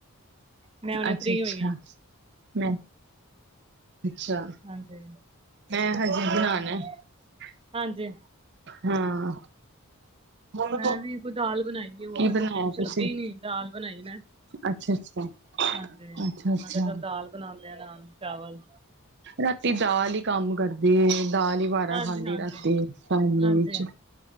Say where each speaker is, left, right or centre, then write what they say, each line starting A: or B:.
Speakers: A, on the right; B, on the right.
A: ਮੈਂ ਹੁਣੇ
B: ਅੱਛਾ-ਅੱਛਾ
A: ਫ੍ਰਰੀ ਹੋਈ ਹਾਂ,
B: ਮ ਅੱਛਾ,
A: ਹਾਂਜੀ
B: ਮੈਂ ਹਜੇ
A: ਹੋਰ
B: ਬਨਾਨਾ
A: ਸੁਣਾਓ?
B: ਹੈ।
A: ਹਾਂਜੀ,
B: ਹਾਂ। ਹੋਰ
A: ਮੈਂ ਵੀ ਕੋਈ ਦਾਲ ਬਣਾਈ ਦੀ ਹੋਰ
B: ਕੀ
A: ਤੇ
B: ਬਣਾਇਆ
A: ਸਬਜ਼ੀ ਕੁਛ
B: ਤੁਸੀਂ?
A: ਲੱਭੀ ਨੀ ਦਾਲ ਬਣਾਈ ਮੈਂ,
B: ਅੱਛਾ-ਅੱਛਾ,
A: ਹਾਂਜੀ
B: ਅੱਛਾ-ਅੱਛਾ।
A: ਮੈਂ ਕਿਹਾ ਚੱਲ ਦਾਲ ਬਣਾਉਂਦੇ ਆ ਨਾਲ ਚਾਵਲ,
B: ਰਾਤੀ ਦਾਲ ਈ ਕੰਮ ਕਰਦੀ ਏ ਦਾਲ ਈ ਬਾਰਾ
A: ਹਾਂਜੀ
B: ਖਾਂਦੀ
A: ਹਾਂਜੀ
B: ਰਾਤੀ ਫੈਮਿਲੀ
A: ਹਾਂਜੀ
B: ਵਿੱਚ।